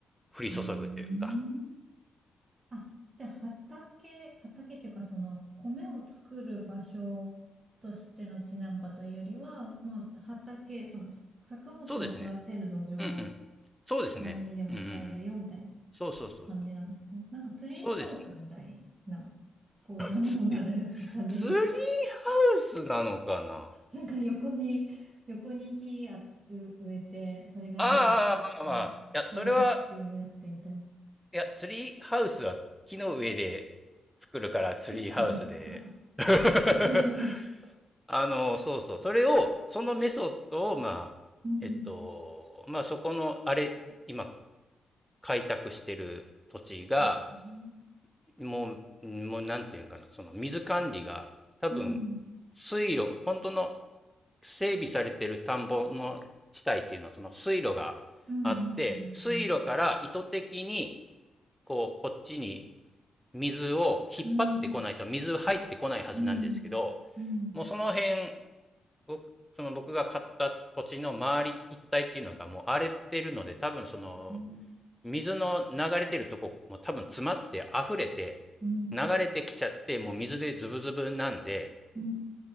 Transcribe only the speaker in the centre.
降り注ぐというか。
そうですね。うんうん。そうですね。
うんうんうん。
そうそうそうそう。
そうですね。
つえツリーハウスなのかな
ああ、まあまあ。いや、それは、
いや、ツリーハウスは木の上で作るからツリーハウスで。
<laughs>
あの、そうそう。それを、そのメソッドを、まあ、
えっと、まあそこの、あれ、今開拓してる土地が、
もう、もうなんていうんかな、その水管理が、多分、
水路、本当の整備されてる田んぼの地帯っていうのは、その水路があって、
水路から意図的に、
こう、こっちに水を引っ張ってこないと水入ってこないはずなんですけど、
もうその辺、僕、その僕が買った土地の周り一帯っていうのがもう荒れてるので、多分その、
水の流れてるとこも多分詰まって溢れて、
流れてきちゃって、もう水でズブズブなんで、